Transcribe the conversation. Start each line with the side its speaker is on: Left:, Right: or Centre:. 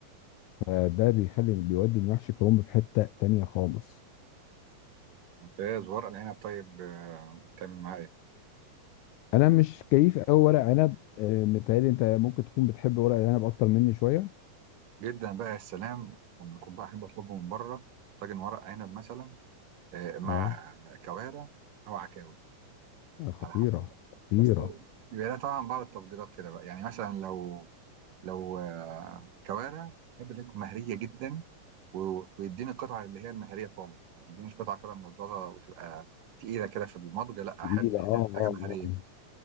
Left: فده بيخلي بيودي المحشي كرنب في حتة تانية خالص
Right: ممتاز ورق العنب طيب آه، بتعمل معاه ايه
Left: انا مش كيف قوي ورق عنب آه، متهيألي انت ممكن تكون بتحب ورق العنب اكتر مني شوية
Right: جدا بقى يا سلام لما يكون بقى احب اطلبه من بره طاجن ورق عنب مثلا آه، مع
Left: اه
Right: كوارع او عكاوي
Left: آه، خطيرة
Right: على حسب بقى
Left: خطيرة
Right: بس بيبقى لها طبعا بعض التفضيلات كده بقى يعني مثلا لو لو آه، كوارع احب اللي تكون مهريه جدا و- ويديني القطعه اللي هي المهريه خالص ما يدينيش قطعه كده ملظلظه وتبقى تقيله كده في المضغ لا
Left: تقيلة
Right: احب ان هي
Left: اه
Right: حاجه
Left: اه
Right: مهريه
Left: آه.
Right: كده